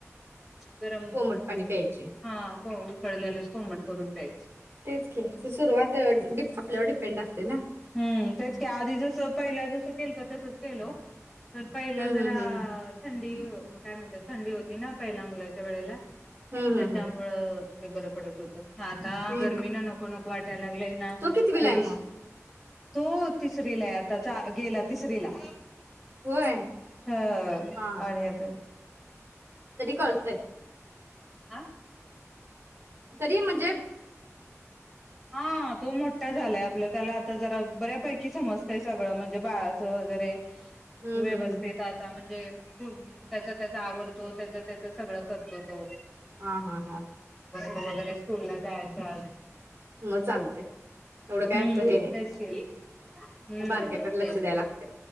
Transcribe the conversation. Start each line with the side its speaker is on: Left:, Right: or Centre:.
Centre: गरम
Right: कोमट पाणी प्यायचे
Centre: हा खो पहील्या नेच कोमट करून प्यायचं.
Right: तेच की सुरुवात अ डिप आपल्यावर डिप पिंड असते ना?
Centre: हम्म, तेच की आधी जसं पहिला जसं केलतं तसच केलं हो. प पहिला
Right: हम्म
Centre: जरा
Right: हम्म हम्म
Centre: थंडी हो काय म्हणतात थंडी होती ना पहिल्या मुलाच्या वेळेला.
Right: हम्म
Centre: त्याच्यामुळं
Right: हम्म हम्म
Centre: ते बरं पडत होतं. आता
Right: हम्म
Centre: गरमी
Right: हम्म
Centre: न नको नको त्या लागलाय ना
Right: तो कितवीला
Centre: तीस्
Right: आहे मग
Centre: तो, तिसरीला आय आता चा गेला तिसरी ला.
Right: होय
Centre: हां
Right: हा
Centre: आणि आता.
Right: कळतय.
Centre: आं.
Right: तरी म्हण्
Centre: हां तो मोट्टा झालाय आपलं त्याला तर जरा बऱ्यापैकी समजतंय सगळं म्हणजे बाळाचं वगैरे
Right: हम्म
Centre: व्यवस्थित
Right: हम् हम्
Centre: आता म्हणजे त्याचा, त्याचा आवरतो त्याचा, त्याच सगळं करतो तो
Right: हा, हा, हा
Centre: हो वगैरे स्कूलला जायाच आज
Right: म चालतय एवढं काय
Centre: हम्म
Right: असं हे नाही
Centre: तेच के हम्म
Right: मग बारक्याकडे
Centre: तेच
Right: लक्ष द्यायला
Centre: की.
Right: लागतय